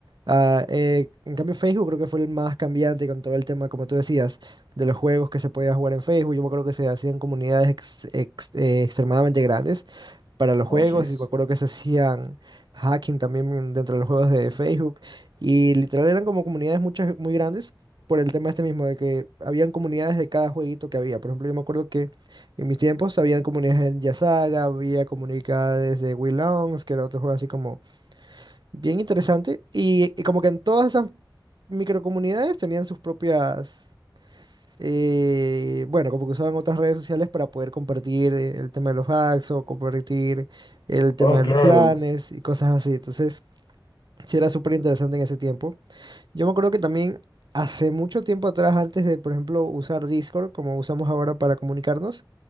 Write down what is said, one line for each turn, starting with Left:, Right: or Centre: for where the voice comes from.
Right: Ah, eh, en cambio, Facebook creo que fue el más cambiante con todo el tema, como tú decías, de los juegos que se podía jugar en Facebook. Yo me acuerdo que se hacían comunidades ex- ex- eh, extremadamente grandes para los juegos
Left: No, sí.
Right: y me acuerdo que se hacían hacking también dentro de los juegos de Facebook y literal eran como comunidades muchas muy grandes por el tema este mismo de que habían comunidades de cada jueguito que había. Por ejemplo, yo me acuerdo que en mis tiempos habían comunidades de Yasaga, había comunidades de Wii Longs, que era otro juego así como bien interesante y, y como que en todas esas microcomunidades tenían sus propias eh, bueno, como que usaban otras redes sociales para poder compartir eh, el tema de los hacks o compartir el tema
Left: Ah,
Right: de
Left: claro,
Right: los clanes y cosas así. Entonces, sí era súper interesante en ese tiempo. Yo me acuerdo que también hace mucho tiempo atrás, antes de, por ejemplo, usar Discord, como usamos ahora para comunicarnos,